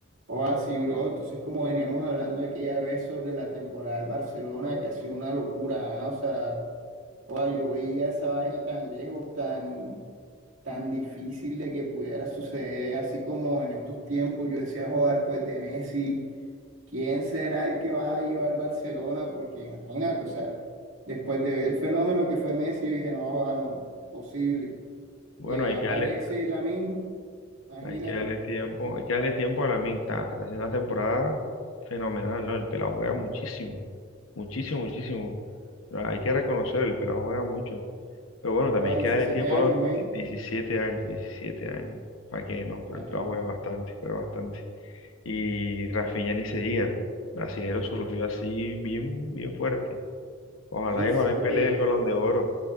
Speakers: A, on the right; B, on the left.
A: O así, bro. Entonces, como veníamos hablando aquella vez sobre la temporada del Barcelona, que ha sido una locura, ah, O sea, joda, yo veía esa vaina tan lejos, tan, tan difícil de que pudiera suceder, así como en estos tiempos yo decía, joda, después de Messi, ¿quién será el que va a llevar Barcelona? Porque imagínate, o sea, después de ver el fenómeno que fue Messi, yo dije, no, joda, no, imposible.
B: Bueno,
A: Y ahí
B: hay
A: aparece
B: que darle,
A: Lamine, imagínate,
B: hay que darle tiempo, hay que darle tiempo a la Está, está haciendo una temporada fenomenal, ¿no? El pelado juega muchísimo, muchísimo, muchísimo. Pero hay que reconocer, el pelado juega mucho. Pero bueno, también
A: o a
B: hay
A: 17
B: que darle tiempo,
A: años,
B: ¿no?
A: men,
B: Di- diecisiete años, 17 años. ¿Para qué? No,
A: imagínate.
B: pero el pelado juega bastante, juega bastante. Y Rafinha ni se diga. Brasilero surgió así bien, bien fuerte. Ojalá
A: Ey, sí,
B: y ojalá y
A: o
B: pelee
A: que.
B: el Balón de Oro.